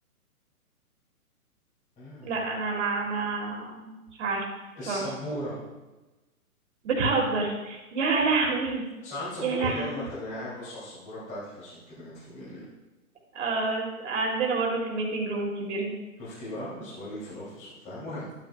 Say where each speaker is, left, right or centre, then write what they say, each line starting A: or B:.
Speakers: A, on the left; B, on the right.
A: مم،
B: لا أنا ما ما مش عارفة بصراحة
A: السبورة
B: بتهزر يا لهوي
A: بس عندي سبورة
B: يا لهوي
A: قدام المكتب يعني قاعد بص على السبورة بتاعتي فعشان كده جت في بالي يعني.
B: آه عندنا برضو في الميتنج روم الكبيرة
A: شفتي بقى بس بقول لك في الأوفيس وبتاع المهم